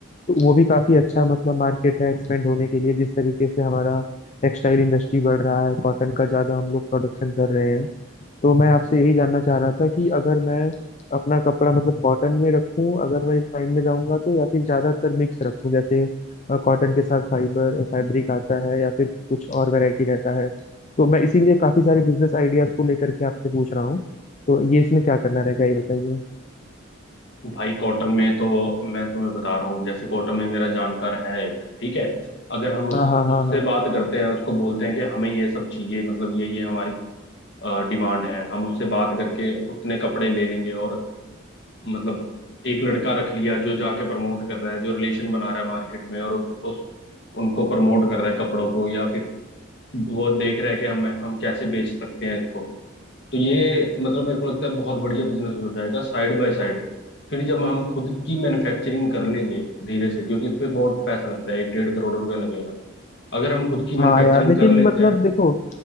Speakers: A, on the left; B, on the left.
A: तो वो भी काफी अच्छा मतलब मार्केट है एक्सपेंड होने के लिए जिस तरीके से हमारा टेक्सटाइल इंडस्ट्री बढ़ रहा है कॉटन का ज्यादा हम लोग प्रोडक्शन कर रहे हैं तो मैं आपसे यही जानना चाह रहा था कि अगर मैं अपना कपड़ा मतलब कॉटन में रखूं अगर मैं इस लाइन में जाऊंगा तो या फिर ज्यादातर मिक्स रखूं जैसे कॉटन के साथ फाइबर फैब्रिक आता है या फिर कुछ और वैरायटी रहता है तो मैं इसीलिए काफी सारे बिजनेस आइडियाज को लेकर के आपसे पूछ रहा हूँ तो ये इसमें क्या करना रहेगा ये बताइए
B: भाई कॉटन में तो मैं तुम्हें बता रहा हूँ जैसे कॉटन में मेरा जानकार है एक ठीक है अगर हम उस
A: हाँ हाँ
B: उससे
A: हाँ हाँ
B: बात करते हैं उसको बोलते हैं कि हमें ये सब चाहिए मतलब ये ये हमारी डिमांड है हम उससे बात करके उतने कपड़े ले लेंगे और मतलब एक लड़का रख लिया जो जाके प्रमोट कर रहा है जो रिलेशन बना रहा है मार्केट में और उस उस उनको प्रमोट कर रहा है कपड़ों को या फिर वो देख रहा है कि हम हम कैसे बेच सकते हैं इसको तो ये मतलब मेरे को लगता है बहुत बढ़िया बिजनेस हो जाएगा साइड बाय साइड फिर जब हम खुद की मैन्युफैक्चरिंग कर लेंगे धीरे से क्योंकि उसपे बहुत पैसा लगता है एक डेढ़ करोड़ रुपया लगेगा अगर हम खुद की मैन्युफैक्चरिंग
A: हाँ यार लेकिन
B: कर लेते
A: मतलब
B: हैं
A: देखो